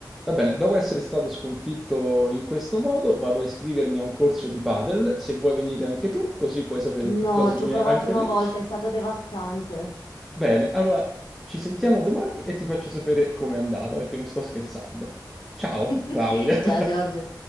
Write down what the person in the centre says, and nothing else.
Va bene, dopo essere stato sconfitto in questo modo, vado a iscrivermi a un corso di padel, se vuoi venire anche tu, così puoi sapere più
cose
di
me
anche
lì.
Bene, allora ci sentiamo domani e ti faccio sapere com'è andata, perché non sto scherzando. Ciao,
Claudia. <laughs>